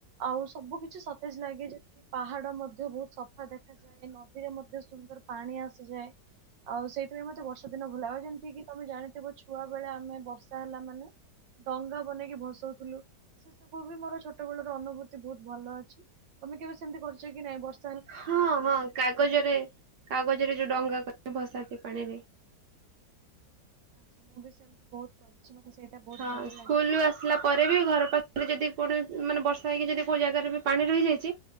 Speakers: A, on the right; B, on the right.
A: ଆଉ, ସବୁ କିଛି ସତେଜ ଲାଗେ। ଯେମିତି ପାହାଡ ମଧ୍ୟ ବହୁତ ସଫା ଦେଖାଜା ଯାଏ ନଦୀରେ ମଧ୍ୟ ସୁନ୍ଦର ପାଣି ଆସିଯାଏ। ଆଉ, ସେଇଥିପାଇଁ ମତେ ବର୍ଷା ଦିନ ଭଲାଗେ। ଆଉ ଯେମିତି କିି ତମେ ଜାଣିଥିବ, ଛୁଆ ବେଳେ ଆମେ ବର୍ଷା ହେଲା ମାନେ, ଡଙ୍ଗା ବନେଇକି ଭସଉଥିଲୁ। ସେ ସବୁ ବି ମୋର ଛୋଟ ବେଳ ର ଅନୁଭୂତି ବହୁତ ଭଲ ଅଛି। ତମେ କେବେ ସେମିତି କରିଛ କି ନାଇଁ ବର୍ଷ
B: ହଁ, ହଁ କାଗଜରେ କାଗଜରେ, ଯୋଉ ଡଙ୍ଗା କ <inaudible> କି ଭସାନ୍ତି ପାଣିରେ।
A: ଆଛା, ମୁଁ ବି ସେମତି ବହୁତ କରିଛି। ମତେ ସେଇଟା ବହୁତ
B: ହଁ
A: ଭଲ
B: ସ୍କୁଲରୁ
A: ଲାଗେ।
B: ଆସିଲା ପରେ ବି, ଘର ପାଖରେ ଯଦି କୌଣସି ମାନେ ବର୍ଷା ହେଇକି ଯଦି କୋଉ ଜାଗାରେ ବି ପାଣି ରହିଯାଇଛି!